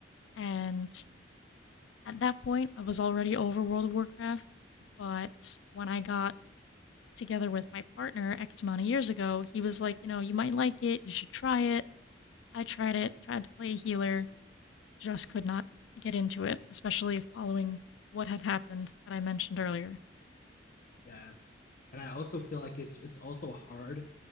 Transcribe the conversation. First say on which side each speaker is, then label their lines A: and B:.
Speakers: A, on the left; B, on the left.
A: And at that point, I was already over World of Warcraft. But when I got together with my partner X amount of years ago, he was like, you know, you might like it, you should try it. I tried it, tried to play a healer, just could not get into it, especially following what had happened that I mentioned earlier.
B: Yes. And I also feel like it's it's also hard,